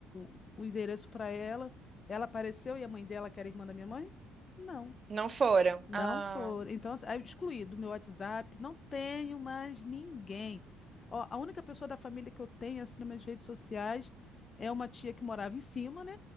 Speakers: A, on the left; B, on the right.
A: o, o endereço para ela, ela apareceu e a mãe dela, que era irmã da minha mãe? Não.
B: Não foram.
A: Não
B: Ah,
A: foram. Então, assim, aí eu excluí do meu WhatsApp, não tenho mais ninguém. Ó, a única pessoa da família que eu tenho, assim, nas minhas redes sociais é uma tia que morava em cima, né?